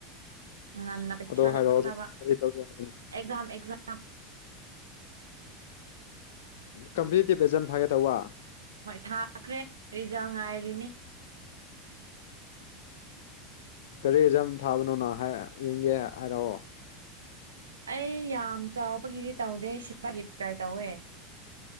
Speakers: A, on the right (about 80°); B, on the left (about 65°).
A: ꯉꯟꯅ ꯄꯩꯁꯥ
B: ꯑꯗꯣ
A: ꯂꯥꯛꯀꯗꯕ
B: ꯍꯥꯏꯔꯛꯑꯣ ꯑꯗꯨ ꯀꯔꯤ ꯇꯧꯒꯦ ꯍꯥꯏꯕꯅꯣ
A: ꯑꯦꯛꯖꯥꯝ ꯑꯦꯛꯖꯥꯝ
B: ꯀꯝꯄꯤꯇꯤꯇꯤꯞ ꯑꯦꯛꯖꯥꯝ ꯊꯥꯒꯦꯠꯇꯧꯕ
A: ꯍꯣꯏ ꯊꯥꯈ꯭ꯔꯦ ꯔꯤꯖꯔ ꯉꯥꯏꯔꯤꯅꯤ
B: ꯀꯔꯤ ꯑꯦꯖꯝ ꯊꯥꯕꯅꯣꯅ ꯍꯥꯏ ꯌꯦꯡꯒꯦ ꯍꯥꯏꯔꯛꯑꯣ
A: ꯑꯩ ꯌꯥꯝ ꯆꯥꯎꯕꯒꯤꯗꯤ ꯇꯧꯗꯦ ꯁꯤꯒꯤꯗꯤ ꯀꯥꯏ ꯇꯧꯋꯦ